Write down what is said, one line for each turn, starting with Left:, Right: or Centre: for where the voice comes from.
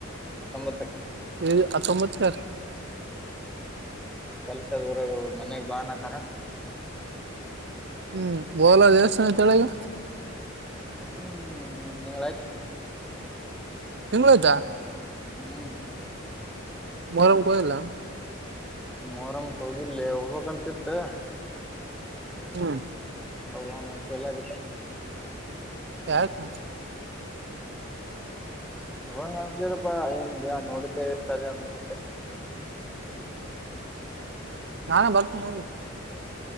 Centre: ತೊಂಬತ್ತಕ್
Right: ಏ ಹಾತೊಂಬತ್ಕ್ರ್
Centre: ಕೆಲ್ಸದ ಊರಾಗ ಮನ್ಯಾಗ ಬಾ ಅನತಾರ
Right: ಹ್ಮ್ ಹೊಲ ದೇವಸ್ಥಾನ ತೆಳಗೆ
Centre: ಹ್ಮ್ ತಿಂಗಳಾಯ್ತ
Right: ತಿಂಗಳ್ದಾ
Centre: ಹ್ಮ್
Right: ಮೋರಂಮ್ ಹೋಗಿಲ್ಲ
Centre: ಮೊಹರಂ ಹೋಗಿಲ್ಲೆ ಹೋಗ್ಬೇಕಂತಿತ್ತು
Right: ಹ್ಮ್
Centre: ಹೋಗೋ ಮನ್ಸಿಲ್ಲ ಬಿಟೆ
Right: ಯಾಕ್ ಮಚ್ಚ
Centre: ಹೋಗಂಗಾ ಅನ್ಸಲರಪ್ಪಾ ಏನ ದಿನ ನೋಡಿದ್ದೇ ಇರ್ತದೆ ಅನ್ಸಿಬಿಟ್
Right: ನಾನೇ ಬರ್ತೀನಿ